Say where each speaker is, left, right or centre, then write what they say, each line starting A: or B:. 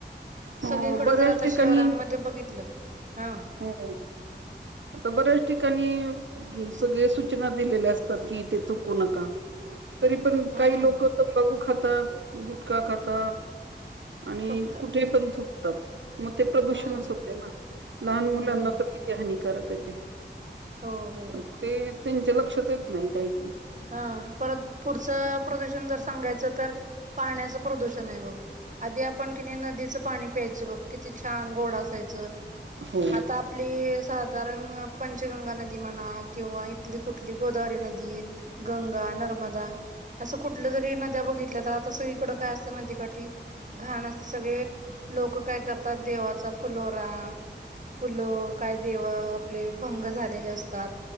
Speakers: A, on the right; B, on the right.
A: हो
B: सगळीकड
A: बऱ्याच
B: जर आता
A: ठिकाणी
B: शहरांमध्ये बघितलं. हा
A: हो आता बर्याच ठिकाणी सगळे सूचना दिलेल्या असतात कि ते थुकू नका. तरी पण
B: हम्म
A: काही लोक तंबाखू खातात गुटखा खातात. आणि
B: थुकतात
A: कुठे पण थुकतात मग ते प्रदूषणच
B: हम्म
A: होते ना. लहान मुलांना
B: हम्म
A: तर किती हानिकारक आहे ते
B: हो हो.
A: पण ते त्यांच्या लक्षात येत नाही काही
B: हा परत पुढचं प्रदूषण जर सांगायचं तर पाण्याचं प्रदूषण आहे बघ. आधी आपण कि नदीचं पाणी प्यायच बघ किती छान गोड असत.
A: हो
B: आ आप साधारण पंचगंगा नदी म्हणा किंवा इथली कुठली गोदावरी नदी गंगा, नर्मदा असं कुठलं जरी नद्या बघितल्या तर आता स इकडं काय असतं नदीकाठी घाण असते सगळे लोक काय करतात देवाचा फुलोरा फुल काय देव आपले भंग झालेले असतात.